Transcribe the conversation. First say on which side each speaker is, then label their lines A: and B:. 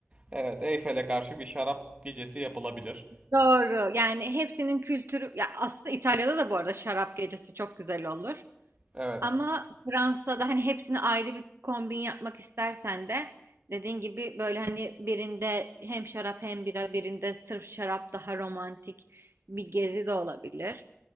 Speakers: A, on the right (about 30°); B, on the right (about 80°).
A: evet Eyfel'e karşı bir şarap gecesi yapılabilir.
B: Doğru. Yani hepsinin kültürü ya aslında İtalya'da da bu arada şarap gecesi çok güzel olur.
A: Evet,
B: Ama Fransa'da hani hepsini ayrı bir kombin yapmak istersen de dediğin gibi böyle hani birinde hem şarap hem bira birinde sırf şarap daha romantik bir gezi de olabilir.